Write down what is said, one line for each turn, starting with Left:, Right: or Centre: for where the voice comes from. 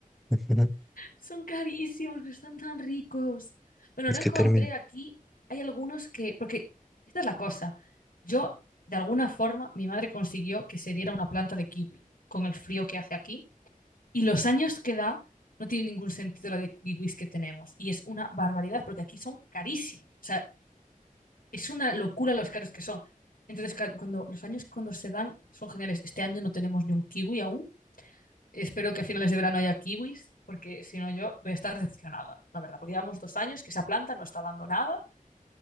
Centre: ujú.
Left: Son carísimos, pero están tan ricos. Bueno,
Centre: es
Left: lo
Centre: que
Left: encontré
Centre: termina.
Left: aquí. Hay algunos que, porque esta es la cosa. Yo, de alguna forma, mi madre consiguió que se diera una planta de kiwi con el frío que hace aquí. Y los años que da, no tiene ningún sentido la de kiwis que tenemos. Y es una barbaridad, porque aquí son carísimos. O sea, es una locura los caros que son. Entonces, ca- cuando los años cuando se dan son geniales. Este año no tenemos ni un kiwi aún. Espero que a finales de verano haya kiwis, porque si no yo voy a estar decepcionada, la verdad, porque llevamos dos años que esa planta no está dando nada